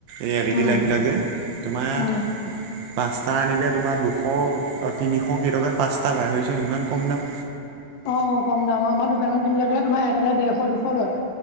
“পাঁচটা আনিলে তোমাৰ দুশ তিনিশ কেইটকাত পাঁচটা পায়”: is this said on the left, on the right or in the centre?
Right